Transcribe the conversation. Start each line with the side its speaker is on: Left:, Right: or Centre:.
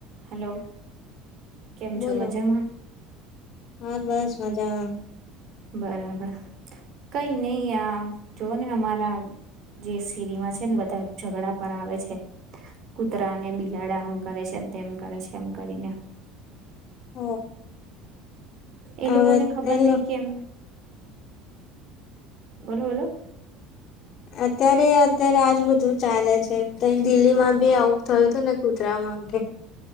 Right: Hello કેમ
Left: બોલો
Right: છો મજામાં?
Left: હા, બસ મજામાં.
Right: બરાબર કઈ નઈ આ જોઓ ને અમારા જે સિરીમાં છે ને બધા ઝઘડા પર આવે છે. કુતરા ને બિલાડા આમ કરે છે. તેમ કરે છે એમ કરીને
Left: હ
Right: એ
Left: હવે
Right: લોકોને ખબર
Left: એલો
Right: નય કેમ બોલો બોલો
Left: અત્યારે-અત્યારે આજ બધું ચાલે છે તય દિલ્હી માં બી આવું થયું હતું ને કુતરા માટે.